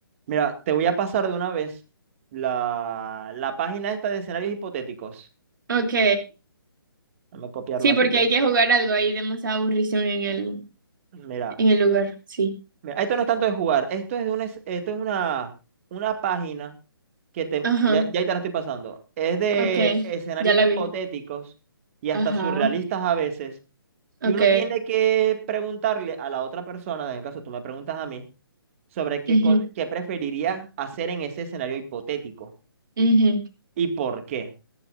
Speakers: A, on the right; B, on the right.
A: Mira, te voy a pasar de una vez la, la página esta de escenarios hipotéticos.
B: Ok.
A: Vamos a copiarlo
B: Sí,
A: aquí.
B: porque
A: que-
B: hay que jugar algo ahí de más aburrición en el,
A: mira,
B: en el lugar. Sí.
A: mira, esto no es tanto de jugar, esto es de una, es- esto es una, una página que te,
B: Ajá.
A: ya, ya ahí te la estoy pasando. Es de
B: Ok.
A: escenarios
B: Ya la
A: hipotéticos
B: vi.
A: y hasta
B: Ajá.
A: surrealistas a veces.
B: Ok.
A: Y uno tiene que preguntarle a la otra persona, en el caso tú me preguntas a mí, sobre qué,
B: Ujú,
A: co- qué preferirías hacer en ese escenario hipotético
B: ujú.
A: y por qué.